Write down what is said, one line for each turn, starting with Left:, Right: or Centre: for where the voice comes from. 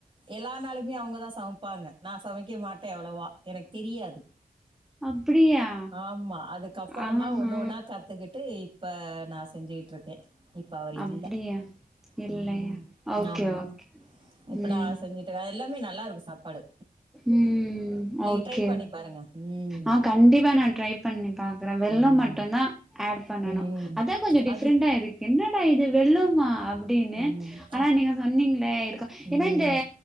Right: எல்லா நாலுமே அவங்கதா சமைப்பாங்க நா சமைக்க மாட் அவ்வளோவா எனக்கு தெரியாது
Centre: அப்டியா
Right: ஆமா அதுக்கப்பறந்தா
Centre: ஆஹா
Right: ஒர் னொன்னா கத்துக்கிட்டு இப்ப நா செஞ்சிகிட்டுருக்கே இப்ப அவர்
Centre: அப்டியா
Right: இல்ல
Centre: இல்லையா
Right: உம்
Centre: ஓகே
Right: ஆமா
Centre: ஓகே
Right: இப்ப
Centre: ம்
Right: நா செஞ்சுட்டு எல்லாமே நல்லா இருக்கு சாப்பாடு
Centre: ம்
Right: நீங்க
Centre: ஓகே
Right: ட்ரை பண்ணி பாருங்க ம்.
Centre: ஆ கண்டிப்பா நா ட்ரை பண்ணி பாக்குறே வெல்லம்
Right: ம்.
Centre: மட்டும் தான் ஆட் பண்ணணு
Right: ம்.
Centre: அதான் கொஞ்சோ டிஃப்ரெண்டா
Right: அது
Centre: இருக்கு என்ன இது வெல்லுமா அப்டின்னு
Right: ம்.
Centre: ஆனா
Right: அ.
Centre: நீங்க சொன்னீங் னே இருக்கும் ஏன்னா
Right: ம்.
Centre: இந்த